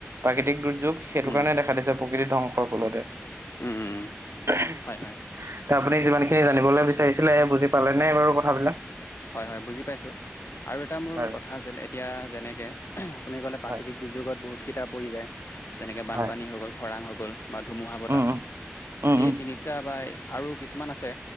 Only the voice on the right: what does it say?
প্ৰাকৃতিক দুৰ্যোগ, সেইটো
কাৰণে দেখা দিছে প্ৰকৃতি ধ্বংসৰ ফলতে।
এতিয়া
আপুনি যিমান খিনি জানিবলৈ বিচাৰিছিলে বুজি পালে নে বাৰু কথাবিলাক?
বাৰু
হয়
হয়
উম উম উম
উম